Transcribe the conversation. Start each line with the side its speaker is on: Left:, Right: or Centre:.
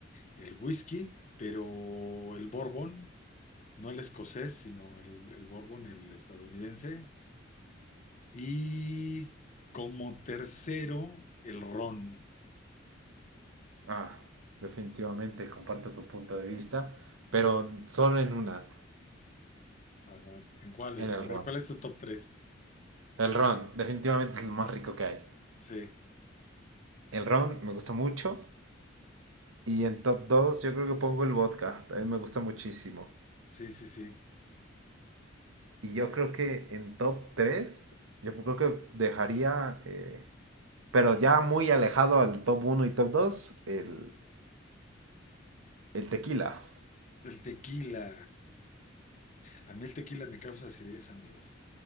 Left: el whisky, pero el bourbon, no el escocés, sino el, el bourbon, el estadounidense, Y como tercero, el ron.
Right: Ah, definitivamente comparto tu punto de vista, pero solo en una,
Left: Ajá. ¿En cuáles?
Right: en el
Left: A ver,
Right: ron.
Left: ¿cuál es tu top tres.
Right: El ron, definitivamente es lo más rico que hay.
Left: Sí,
Right: El ron me gusta mucho. Y en top 2 yo creo que pongo el vodka, también me gusta muchísimo.
Left: sí, sí, sí.
Right: Y yo creo que en top 3 yo creo que dejaría, eh, pero ya muy alejado al top uno y top 2, el, el tequila.
Left: El tequila. A mí el tequila me causa acidez, amigo.